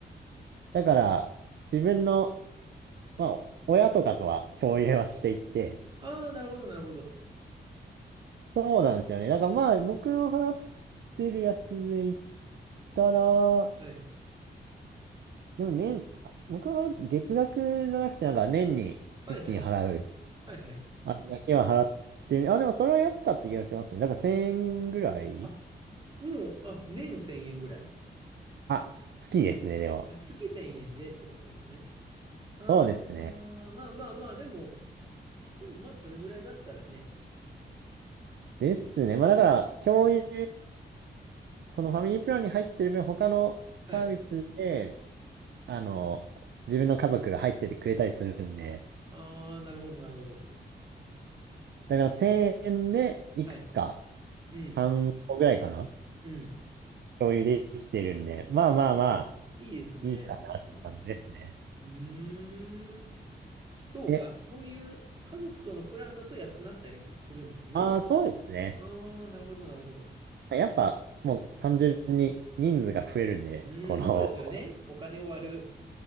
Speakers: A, on the right; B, on the right.
A: だから自分の、まあ、親とかとは共有はしていて、
B: ああ、なるほど、なるほど。
A: そうなんですよね。だからまあ、僕の払ってるやつで言ったら、
B: はい。
A: でも年、あ僕の払って月額じゃなくて、なんか年に一気に払う、
B: はいはいはい。はいはい。
A: あれだけは払ってる。あ、でもそれは安かった気がしますね。だから1000円ぐらい
B: あ、もう、あ、年1000円ぐらい。
A: あ、好きですね、でも。
B: あ、月1000円でってことですね。あーあー、
A: そうですね。
B: まあまあまあ、でも、でもまあ、それぐらいだったらね。
A: ですね。まあだから、共有、
B: うん、
A: そのファミリープランに入ってる分、他のサービスで、
B: はい。
A: あの、自分の家族が入っててくれたりするんで、
B: ああ、なるほど、なるほど。
A: だから1000円でいくつか、
B: はい。うん、
A: 3個ぐらいかな、
B: うん。
A: 共有できてるんで、まあまあまあ、
B: あ、いいですね、
A: いいかなって感じですね。
B: すごく。うーん。そうか、
A: え、
B: そういう家族とのプランだと安くなったりするんですね。
A: ああ、そうですね。
B: ああ、なるほど、なるほど。
A: やっぱ、もう単純に人数が増えるんで、
B: うーん、
A: この、
B: そうですよね。お金を割る